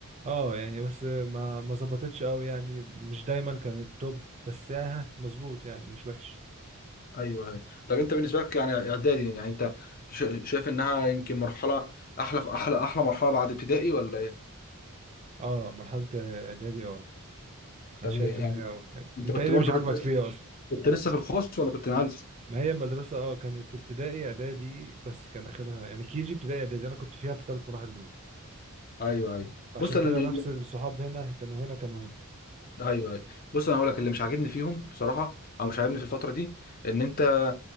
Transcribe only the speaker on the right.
اه يعني بس ما ما ظبطتش قوي يعني مش دايما كان التوب بس يعني ها مظبوط يعني مش وحش
اه مرحلة اعدادي اه
انا شايف
ان هي آه. يعني
انت
ايه اللي
مش عاجبك
فيها اصلا
ما هي المدرسة اه كانت ابتدائي اعدادي بس كان اخرها يعني كيجي ابتدائي اعدادي انا كنت فيها في الثلاث مراحل دول
فعشان
كده
نفس الصحاب هنا كانوا هنا كانوا هنا
مم.